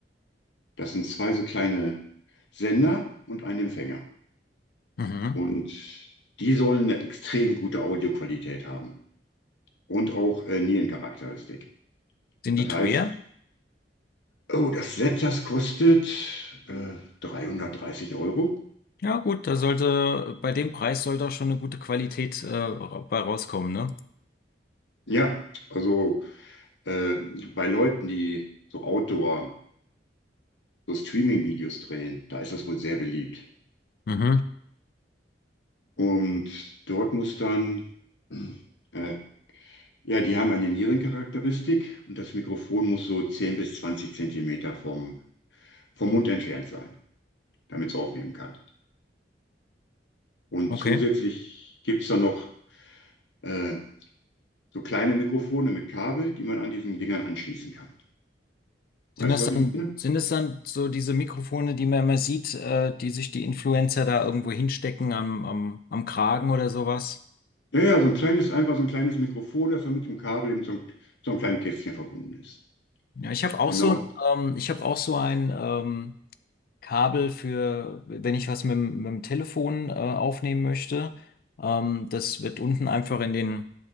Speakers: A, on the left; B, on the left.
A: Das sind zwei so kleine Sender und ein Empfänger.
B: Mhm.
A: Und die sollen eine extrem gute Audioqualität haben und auch äh, Nierencharakteristik.
B: Sind
A: Das
B: die teuer?
A: heißt, Oh, das Set, das kostet äh, 330 Euro.
B: Ja, gut, da sollte, bei dem Preis sollte auch schon eine gute Qualität äh, ra- bei rauskommen, ne?
A: Ja, also äh, bei Leuten, die so Outdoor, so Streaming-Videos drehen, da ist das wohl sehr beliebt.
B: Mhm.
A: Und dort muss dann, äh, ja, die haben eine Nierencharakteristik und das Mikrofon muss so 10 bis 20 Zentimeter vom, vom Mund entfernt sein, damit es aufnehmen kann. Und
B: Okay.
A: zusätzlich gibt es dann noch äh, so kleine Mikrofone mit Kabel, die man an diesen Dingern anschließen kann.
B: Sind
A: Weißt
B: das
A: du, was
B: dann,
A: ich meine?
B: sind es dann so diese Mikrofone, die man immer sieht, äh, die sich die Influencer da irgendwo hinstecken am, am, am Kragen oder sowas?
A: Ja, ja, so ein kleines, einfach so ein kleines Mikrofon, das dann mit dem Kabel eben zum, zum kleinen Kästchen verbunden ist.
B: Ja, ich habe auch
A: Genau.
B: so, ähm, ich habe auch so ein ähm, Kabel für, wenn ich was mit, dem- mit dem Telefon äh, aufnehmen möchte. Ähm, das wird unten einfach in den,